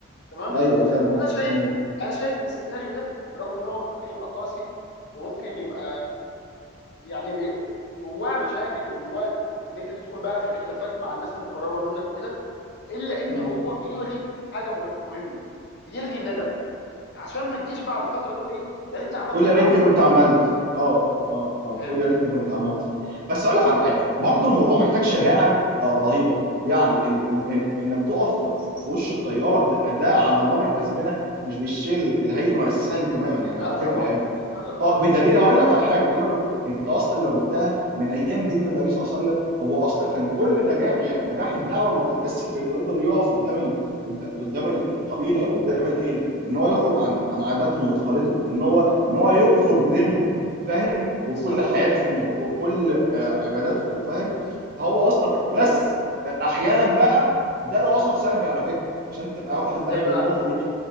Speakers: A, on the left (about 50°); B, on the right (about 40°).
A: تمام
B: ايوه فاهم قصدي
A: انا شايف
B: مم.
A: انا شايف ان السيناريو ده برغم ان هو ممكن يبقى قاسي وممكن يبقى يعني بي- جواه مشاكل وجواه ان انت تدخل بقى في خلافات مع الناس المقربه منك وكده الا ان
B: مم.
A: هو بيلغي حاجه مه- مهمه بيلغي الندم عشان ما تجيش بعد فتره تقول ايه يا ريتني عملت
B: تقول
A: اللي
B: يا
A: انا
B: ريتني
A: عاوزه
B: كنت عملت اه اه اه
A: فاهمني
B: تقول يا ريتني كنت عملت بس اقول لك على حاجه برضو الموضوع محتاج شجاعه آه رهيبه يعني ال ال انك تقف في في وش التيار ده, ده على مر الازمنه مش بالشيء الهين ولا السهل تماما يعني
A: لا
B: على
A: طبعا
B: فكره يعني
A: مش سهل خالص
B: اه بدليل هقول لك على حاجه بدليل اقول لك انت اصلا لو جبتها من ايام دين النبي صلى الله عليه وسلم هو اصلا كان
A: عليه
B: كل
A: الصلاه والسلام
B: نجاح يعني نجاح الدعوه متمثل في انه يقدر يقف قدام ال... قد- قدام ال- القبيله او قدام العيله ان هو يخرج عن عن عاداتهم وتقاليدهم ان هو ان هو يكفر بدينهم فاهم
A: بالظبط
B: وبكل حياتهم
A: بالظبط
B: وبكل آه، عباداتهم فاهم فهو اصلا بس آه، احيانا بقى ده له اثر سلبي على فكره عشان تبقى واخد
A: ازاي
B: بالك
A: بقى
B: من النقطه دي